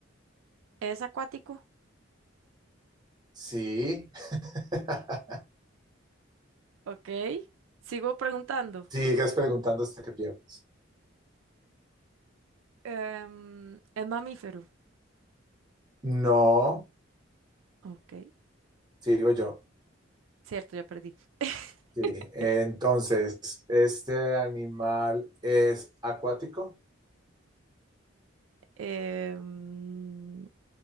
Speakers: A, on the right; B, on the right.
A: ¿es acuático?
B: Sí. <laughs>
A: Ok. Sigo preguntando.
B: Sigues preguntando hasta que pierdas.
A: Em, ¿es mamífero?
B: No,
A: Ok.
B: sigo yo.
A: Cierto, ya perdí. <laughs>
B: Sí. Entonces, ¿este animal es acuático?
A: Em,